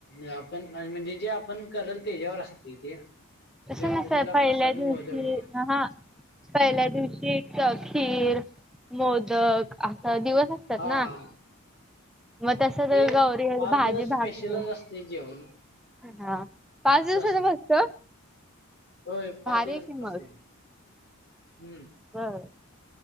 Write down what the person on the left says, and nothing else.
आपण म्हणजे, जे आपण करल तेच्यावर असते ते.
गणपतीला
प्रसाद
मोदक
हां.
ते
पाच
दिवस
स्पेशलच असतंय जेवण.
असं
असत
होय पाच
दिवस
असते आमची हम्म